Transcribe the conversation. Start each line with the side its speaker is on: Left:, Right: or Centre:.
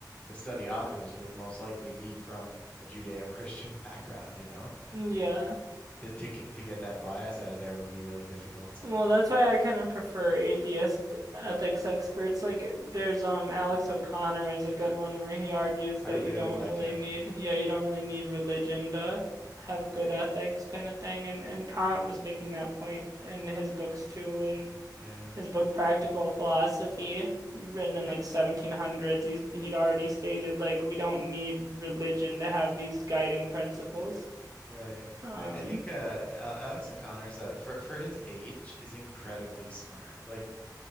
Left: the study authors would most likely be from a Judeo-Christian <laughs> background, you know?
Right: yeah.
Left: And to to get- to get that bias out of there would be really difficult. So
Right: Well, that's why I kind of prefer atheist ethics experts. Like, there's um Alex O'Connor is a good one where he argues
Left: I
Right: that
Left: really
Right: you don't
Left: like
Right: really
Left: him.
Right: need, yeah, you don't really need religion to have good ethics kind of thing. And and Kant was making that point in his books too, in
Left: Yeah.
Right: his book Practical Philosophy, written
Left: I
Right: in
Left: think
Right: like 1700s. He's, he'd already stated like we don't need religion to have these guiding principles.
Left: right.
Right: Um.
Left: I, I think uh, Al- Alex O'Connor's uh, for for his age is incredibly smart. Like